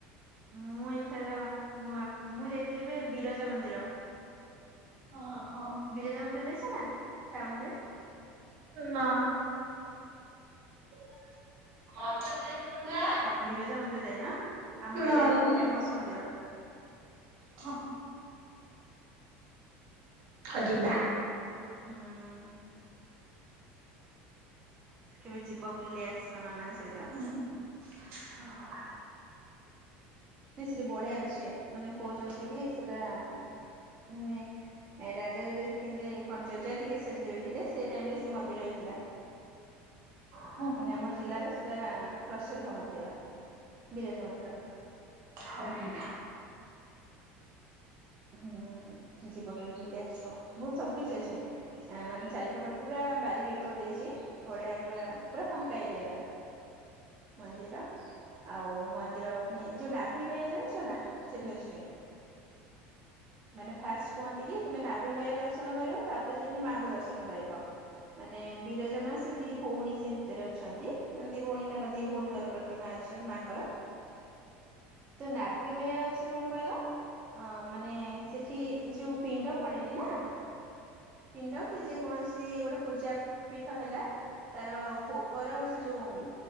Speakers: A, on the right (about 20°); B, on the right (about 45°).
A: ମୁଁ ଏଥର ନୂଆ ମୁଁ ଯାଇଥିଲି ଏବେ ବିରଜା ମନ୍ଦିର।
B: ଅଁ ହଁ।
A: ବିରଜା ମନ୍ଦିର ଯାଇଛ ନା ଟାଉନରେ?
B: ନାଁ। <unintelligible>
A: ଟାଉନ୍ ବିରଜା ମନ୍ଦିର ଯାଇନ, ଆମ
B: ନା
A: ଏରିଆରେ
B: ଲୋ।
A: ତ ଫେମସ୍ ମନ୍ଦିର।
B: ହଁ ହଅ ଯିବା।
A: ହୁଁଉଁ। କେବେ ଯିବ ବୁଲି ଆସିବ ନନାଙ୍କ ସହିତ?
B: <unintelligible>
A: ନାଇଁ ସେଠି ବଢିଆ ଅଛେ, ମାନେ କହୁଛନ୍ତି କି ସେଟା ମାନେ ରାଜା ଯେବେ ଥିଲେ କଣ ଜଜାତିକେଶରୀ ଯେବେ ଥିଲେ, ସେ ଟାଇମ୍ ରେ ସେ ମନ୍ଦିର ହେଇଥିଲା।
B: ହୁଁ
A: ମାନେ ଆମ ଜିଲ୍ଲାର ସେଟା ପ୍ରସିଦ୍ଧ ମନ୍ଦିର ବିରଜା ମନ୍ଦିର।
B: <unintelligible>
A: ହୁଁଉଁ ଯିବ। କେବେ ବୁଲି ଆସିବ? ବହୁତ୍ ସବୁ କିଛି ଅଛି ଏ ମାନେ ଚାରିପଟ ପୁରା ବାରିକେଟ୍ କରିଦେଇଚି। ବଢିଆ ପୁରା ପୁରା ଫାଙ୍କା ଏରିଆ ଟା, ମନ୍ଦିର। ଆଉ ମନ୍ଦିର ଫୁଣି ଯୋଉ ନାଭି ଗୟା ଜାଣିଛ ନା ସେଠି ଅଛି। ମାନେ ଫାଷ୍ଟ୍ କୁହନ୍ତି କି ତୁମେ ନାଭି ଗୟା ଦର୍ଶନ କରିବ, ତାପରେ ଯାଇଙ୍କି ମାଆଙ୍କୁ ଦର୍ଶନ କରିବ। ମାନେ ବିରଜା ମା ସେ ଦି ଭଉଣୀ ସେ ଭିତେରେ ଅଛନ୍ତି, ମାନେ ଦି ଭଉଣୀ ତାଙ୍କ ଦି ଭଉଣୀଙ୍କର ପ୍ର ତିମା ଅଛି ମାଙ୍କର। ତ ନାଭି ଗୟା ଅଛି କଣ କହିଲ ଅ ମାନେ ସେଠି ଯୋଉ ପିଣ୍ଡ ପଡେନି ନା ପିଣ୍ଡ କି ଯେ କୌଣସି ଗୋଟେ ପୂଜା ପୀଠ ହେଲା। ତାର ଭୋଗର ସେ ଯୋଉ